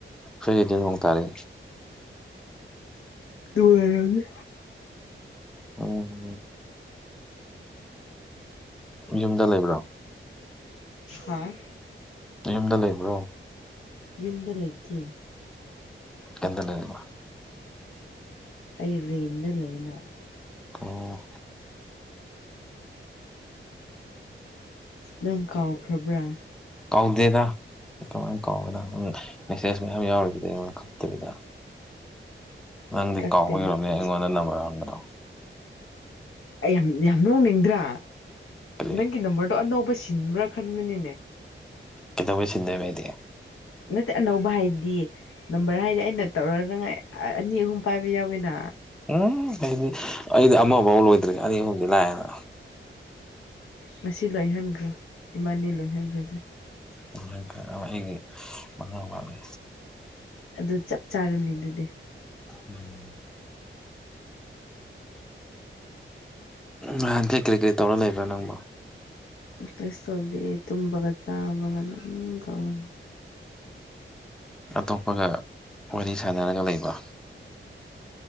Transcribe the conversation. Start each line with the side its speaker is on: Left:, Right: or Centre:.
Centre: ꯐꯒꯤꯗꯤ ꯍꯣꯡꯇꯥꯔꯦ
Left: ꯇꯨꯡ ꯑꯣꯏꯔ
Centre: ꯎꯝ ꯌꯨꯝꯗ ꯂꯩꯕ꯭ꯔꯥ
Left: ꯍꯥꯥ
Centre: ꯌꯨꯝꯗ ꯂꯩꯕ꯭ꯔꯣ
Left: ꯌꯨꯝꯗ ꯂꯩꯇꯦ
Centre: ꯑꯦꯟ ꯂꯩꯅ
Left: ꯑꯩ ꯔꯦꯟꯗ ꯂꯩꯅ
Centre: ꯑꯣ
Left: ꯅꯪ ꯀꯥꯎꯈ꯭ꯔꯕ꯭ꯔꯥ
Centre: ꯀꯥꯎꯗꯦꯗ ꯀꯃꯥꯏꯅ ꯀꯥꯎꯗꯅ ꯅꯪ ꯃꯦꯁꯦꯁ ꯃꯌꯥꯝ ꯌꯥꯎꯁꯤꯗ ꯑꯩꯉꯣꯟꯗ ꯈꯛꯇꯕꯤꯗ ꯅꯪꯗꯤ
Left: ꯀꯛꯇꯦ
Centre: ꯀꯥꯎꯍꯧꯗꯔꯕꯅꯦ
Left: ꯑꯩ
Centre: ꯑꯩꯉꯣꯟꯗ ꯅꯝꯕꯔ ꯍꯪꯒꯗ꯭ꯔꯣ
Left: ꯑꯩ ꯌꯥꯝ ꯌꯥꯝ ꯅꯣꯡꯅꯤꯡꯗ꯭ꯔꯥ
Centre: ꯀꯔꯤ
Left: ꯅꯪꯒꯤ ꯅꯝꯕꯔꯗꯣ ꯑꯅꯧꯕ ꯁꯤꯟꯕ꯭ꯔꯥ ꯈꯟꯕꯅꯤꯅꯦ
Centre: ꯀꯩꯗꯧꯕꯩ ꯁꯤꯟꯗꯕ ꯍꯥꯏꯗꯤ
Left: ꯅꯠꯇꯦ ꯑꯅꯧꯕ ꯍꯥꯏꯗꯤ ꯅꯝꯕꯔ ꯍꯥꯏꯗꯤ ꯑꯩꯅ ꯇꯧꯔꯅꯥꯏ ꯑꯅꯤ ꯑꯍꯨꯝ ꯄꯥꯏꯕ ꯌꯥꯎꯋꯤꯅ
Centre: ꯎꯝ ꯍꯥꯏꯅꯤ ꯑꯩꯗꯤ ꯑꯃꯐꯥꯎꯕ ꯂꯣꯏꯗ꯭ꯔꯦꯒꯦ ꯑꯅꯤ ꯑꯍꯨꯝꯗꯤ ꯂꯥꯛꯑꯦꯅ
Left: ꯃꯁꯤ ꯂꯣꯏꯍꯟꯈ꯭ꯔꯣ ꯏꯃꯥꯅꯤ ꯂꯣꯏꯍꯟꯈ꯭ꯔꯁꯦ
Centre: ꯑꯗꯨꯃꯥꯏꯅ ꯑꯩꯒꯤ ꯃꯅꯥꯕꯅꯤ
Left: ꯑꯗꯨ ꯆꯞ ꯆꯥꯔꯅꯤ ꯑꯗꯨꯗꯤ
Centre: ꯎꯝ ꯅꯍꯥꯟ ꯀꯩ ꯀꯔꯤ ꯀꯔꯤ ꯇꯧꯔ ꯂꯩꯕ꯭ꯔꯣ ꯅꯪꯕꯣ
Left: ꯀ꯭ꯂꯁꯧꯗꯤ ꯇꯨꯝꯃꯒ ꯆꯥꯕꯒ ꯅꯝ ꯇꯧꯅꯤ
Centre: ꯑꯇꯣꯞꯄꯒ ꯋꯥꯔꯤ ꯁꯥꯟꯅꯔꯒ ꯂꯩꯕ